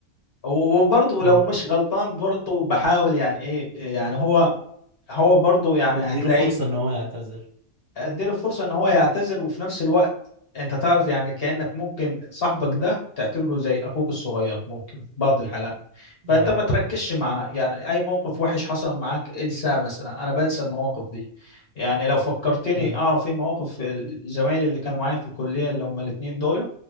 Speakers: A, on the left; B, on the right.
A: وبرضه
B: امم
A: لو مش غلطان برضه بحاول يعني ايه يعني هو هو برضه يعني
B: تديله
A: هتلاقيه
B: فرصة ان هو يعتذر
A: اديله فرصة ان هو يعتذر وفي نفس الوقت انت تعرف يعني كأنك ممكن صاحبك ده تعتبره زي اخوك الصغير ممكن في بعض الحالات فانت
B: اه
A: ما تركزش معاه يعني اي موقف وحش حصل معاك انساه مثلا انا بنسى المواقف دي يعني لو فكرتني
B: امم
A: اه في مواقف الزمايل اللي كانوا معايا في الكلية اللي هم الاتنين دول